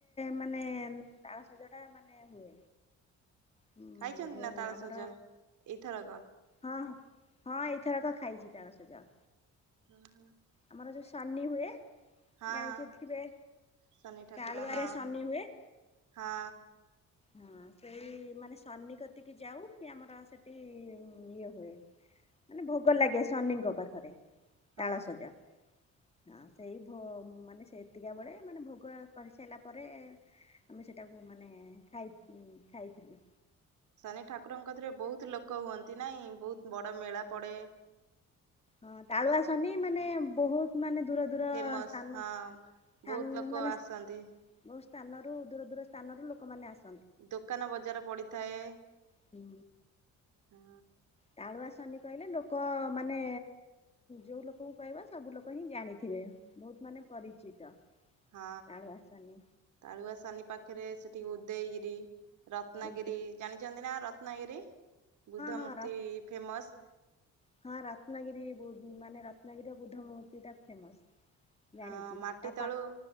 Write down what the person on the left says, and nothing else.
ମାନେ ତାଳସଜ ଟା ମାନେ ହୁଏ। ହୁଁ
ଯୋଉ
ଆମର
ହଁ ହଁ ଏଇଥରକ ଖାଇଚି ତାଳସଜ।
ଆମର ଯୋଉ ସନି ହୁଏ
ଜାଣିଛଥିବେ
ତାଳୁଆରେ
ସନି ହୁଏ?
ହଁ ସେଇ ମାନେ ସନି କତିକି ଯାଉ କି ଆମର ସେଠି ଇଏ ହୁଏ। ମାନେ ଭୋଗ ଲାଗେ ସନିଙ୍କ ପାଖରେ
ତାଳସଜ। ଆଉ ସେଇ ଭ ମାନେ ସେତିକକା ବେଳେ ମାନେ ଭୋଗ କରିସାରିଲା ପରେ ଆମେ ସେଟାକୁ ମାନେ ଖାଇ ଖାଇ ଥିଲୁ।
ହଁ ତାଳୁଆସନି ମାନେ ବହୁତ ମାନେ ଦୂର ଦୂର
ସ୍ଥାନ
ସ୍ଥା
ମାନେ
ବହୁତ ସ୍ଥାନରୁ ଦୂର ଦୂର ସ୍ଥାନରୁ ଲୋକମାନେ ଆସ
ହୁଁ।
ତାଳୁଆ ସନି କହିଲେ ଲୋକ ମାନେ ଯେଉଁ ଲୋକୁ କହିବ ସବୁ ଲୋକ ହିଁ ଜାଣିଥିବେ। ବହୁତ ମାନେ ପରିଚିତ।
ତାଳୁଆ ଶନି
ହଁ
ହଁ
ର
ହଁ ରତ୍ନଗିରି ବୁ ମାନେ ରତ୍ନଗିରିରେ ବୁଦ୍ଧ ମୂର୍ତ୍ତି ଟା ଫେମସ୍। ଜାଣିଛି
ତା ପା